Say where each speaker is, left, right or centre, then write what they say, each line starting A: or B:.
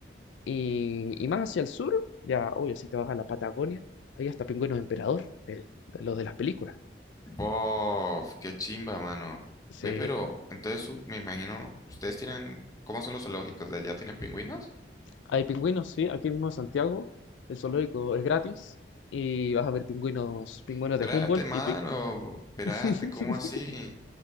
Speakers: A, on the left; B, on the left.
A: Y, y más hacia el sur, ya, obvio, si te vas a la Patagonia, ahí hasta pingüinos emperador, el- de los de las películas.
B: Bof, qué chimba, mano.
A: Sí,
B: Ve, pero entonces u- me imagino, ustedes tienen, ¿cómo son los zoológicos de allá? ¿Tienen pingüinos?
A: hay pingüinos, sí, aquí mismo en Santiago, el zoológico es gratis, y vas a ver pingüinos, pingüinos
B: Espérate,
A: de Humboldt
B: mano,
A: y pin-
B: espérate,
A: <laughs>
B: ¿cómo así?